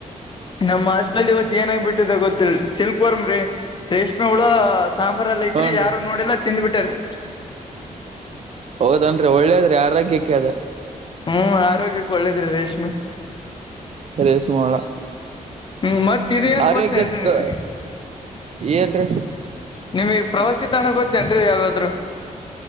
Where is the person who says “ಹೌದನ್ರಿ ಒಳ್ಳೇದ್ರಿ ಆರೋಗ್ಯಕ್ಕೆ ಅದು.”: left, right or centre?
Right